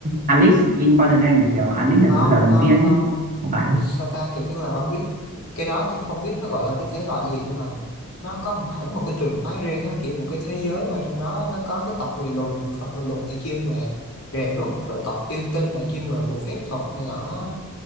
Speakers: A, on the right; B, on the left.
A: Alice in Borderland này kiểu Alice ở
B: không
A: xứ sở thần
B: không
A: tiên ấy
B: không
A: không phải á?
B: sao ta kiểu như là ông biết cái đó tôi không biết nó gọi là cái thể loại gì nhưng mà nó có một- hẳn một cái trường phái riêng á kiểu một cái thế giới mà trong đó nó có cái tộc người lùn tộc người lùn thì chuyên về rèn đúc rồi tộc yêu tinh là chuyên về bùa phép thuật này nọ